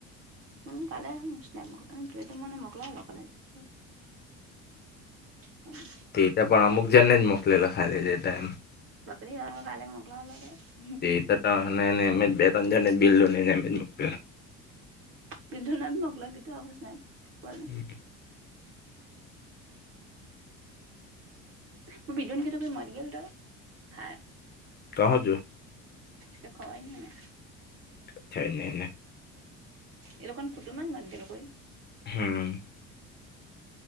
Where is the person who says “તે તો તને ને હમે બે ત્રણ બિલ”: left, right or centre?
Left